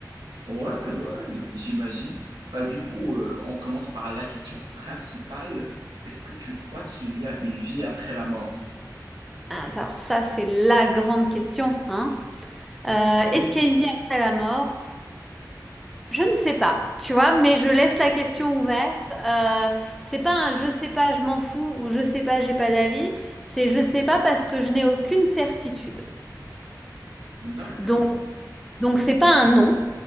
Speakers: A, on the right; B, in the centre.
A: Ouais, ouais, j'imagine. Bah, du coup, euh, on commence par la question principale. Est-ce que tu crois qu'il y a une vie après la mort?
B: Ah, ça- Alors ça, c'est la grande question, hein. Euh,
A: Oui.
B: est-ce qu'il y a une vie après la mort? Pff, Je ne sais pas, tu vois, mais je laisse la question ouverte. Euh, c'est pas un je sais pas, je m'en fous ou je sais pas, j'ai pas d'avis. C'est je sais pas parce que je n'ai aucune certitude.
A: D'accord.
B: Donc, donc c'est pas un non.